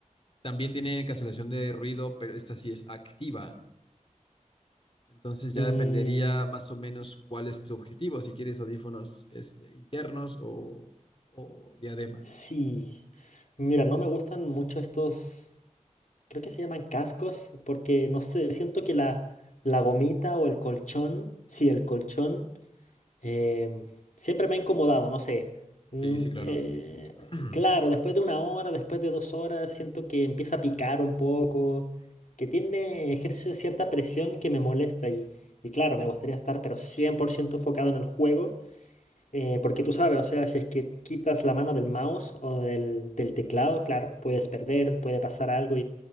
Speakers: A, on the left (about 45°); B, on the left (about 70°).
A: también tienen cancelación de ruido, pero esta sí es activa. Entonces ya
B: Mm,
A: dependería más o menos cuál es tu objetivo, si quieres audífonos, este, internos o, o diadema.
B: sí. Mira, no me gustan mucho estos. creo que se llaman cascos, porque no sé, siento que la, la gomita o el colchón, sí, el colchón, em, siempre me ha incomodado, no sé. Mm,
A: Sí, sí, claro.
B: eh,
A: <clears throat>
B: claro, después de una hora, después de dos horas, siento que empieza a picar un poco, que tiene, ejerce cierta presión que me molesta y, y claro, me gustaría estar pero 100% enfocado en el juego. eh, porque tú sabes, o sea, si es que quitas la mano del mouse o del, del teclado, claro, puedes perder, puede pasar algo